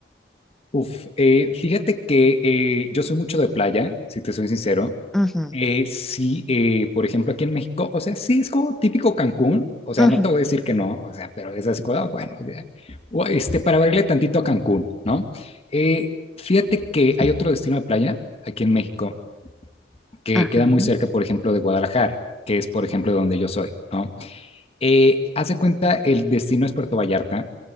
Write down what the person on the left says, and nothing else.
Uf, eh, fíjate que eh, yo soy mucho de playa, si te soy sincero.
Eh, sí, eh, por ejemplo, aquí en México, o sea, sí es como típico Cancún, o sea,
no te voy a decir que no, o sea, pero es así como, ah, bueno, ya, o, este, para verle tantito a Cancún, ¿no? Eh, fíjate que hay otro destino de playa aquí en México que
queda muy cerca, por ejemplo, de Guadalajara, que es, por ejemplo, de donde yo soy, ¿no? Eh, haz de cuenta, el destino es Puerto Vallarta